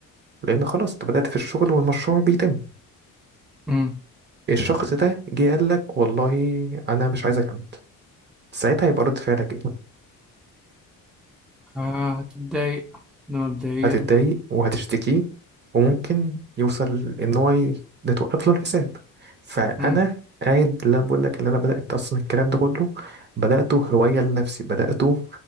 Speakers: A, on the right; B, in the centre.
A: لان خلاص انت بدات في الشغل والمشروع بيتم
B: امم
A: الشخص ده جه قال لك والله انا مش عايز اكمل ساعتها هيبقى رد فعلك ايه
B: آه هتتضايق ده مبدئيا
A: هتتضايق وهتشتكيه وممكن يوصل ان هو ي- ده توقف له الحساب فانا
B: امم
A: قاعد لا بقول لك اللي انا بدات اصلا الكلام ده كله بداته هوايه لنفسي بداته